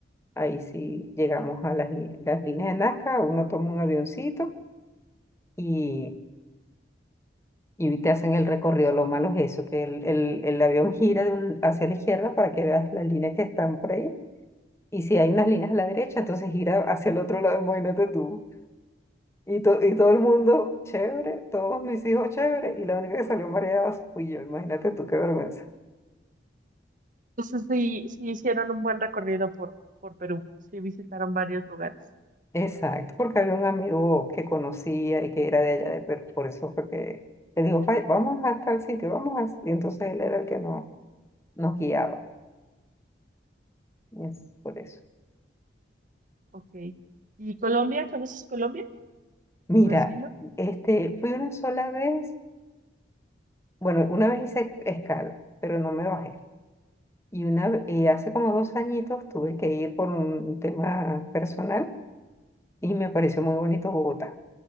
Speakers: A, on the left; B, on the right.
A: ahí sí llegamos a las, li- las líneas de Nazca, uno toma un avioncito y, y te hacen el recorrido. Lo malo es eso, que el, el, el avión gira de un- hacia la izquierda para que veas las líneas que están por ahí. Y si hay unas líneas a la derecha, entonces gira hacia el otro lado, imagínate tú. Y, to- y todo el mundo, chévere, todos mis hijos, chévere, y la única que salió mareada fui yo, imagínate tú, qué vergüenza.
B: Entonces sí, sí hicieron un buen recorrido por, por Perú. Sí visitaron varios lugares.
A: Exacto, porque había un amigo que conocía y que era de allá de pero por eso fue que le digo, "Vay, vamos a tal sitio, vamos a... Y entonces él era el que no, nos guiaba, y es por eso.
B: Ok. ¿Y Colombia? ¿Conoces Colombia?
A: Mira,
B: ¿Tu vecino?
A: este, fui una sola vez, bueno, una vez hice escala, pero no me bajé. Y, una, ve- y hace como dos añitos tuve que ir por un tema personal y me pareció muy bonito Bogotá,